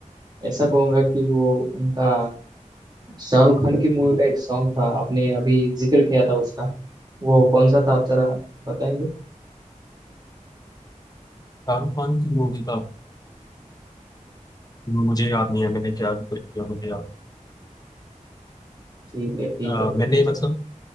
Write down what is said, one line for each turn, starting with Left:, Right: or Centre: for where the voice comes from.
Right: ऐसा कहूँगा कि वो उनका शाहरुख खान की मूवी का एक सॉन्ग था आपने अभी जिक्र किया था उसका वो कौन सा था आप जरा बताएंगे
Left: शाहरुख खान की मूवी का मुझे याद नहीं है मैंने क्या जिक्र किया मुझे याद
Right: ठीक है ठीक
Left: अ,
Right: है ठीक
Left: मैंने
Right: है चलो।
Left: मतलब